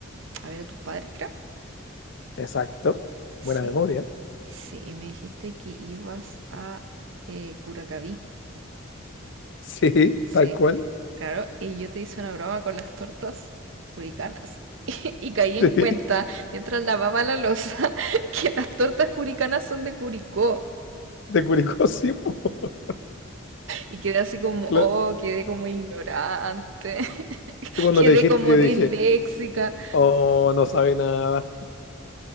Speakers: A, on the right; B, on the left.
A: a ver a tus padres, creo.
B: exacto. Buena
A: Sí,
B: memoria. <laughs>
A: Sí, y me dijiste que ibas a eh, Curacaví.
B: Sí,
A: Sí,
B: tal cual.
A: claro, y yo te hice una broma con las tortas curicanas. <laughs> Y caí en
B: <laughs>
A: cuenta,
B: Sí,
A: mientras lavaba la loza, <laughs> que las tortas curicanas son de Curicó.
B: de Curicó, sí. po. <laughs>
A: Y quedé así como,
B: Cla-
A: oh, quedé como ignorante, <laughs>
B: Tú cuando
A: quedé
B: le dijiste,
A: como
B: yo
A: disléxica.
B: dije, oh, no sabe nada.